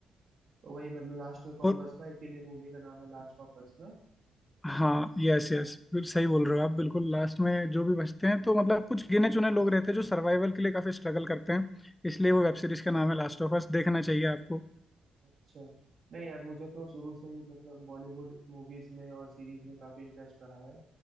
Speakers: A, on the right (about 55°); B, on the left (about 20°).
A: तो वही मतलब लास्ट में कौन
B: और
A: बचता है इसीलिए मूवी का नाम है लास्ट ऑफ अस ना।
B: हाँ यस यस फिर सही बोल रहे हो आप बिल्कुल लास्ट में जो भी बचते हैं तो मतलब कुछ गिने चुने लोग रहते हैं जो सर्वाइवल के लिए काफी स्ट्रगल करते हैं इसलिए वो वेब सीरीज का नाम है लास्ट ऑफ अस देखना चाहिए आपको
A: अच्छा नहीं यार मुझे तो शुरू से ही मतलब बॉलीवुड मूवीज में और सीरीज में काफी इंटरेस्ट रहा है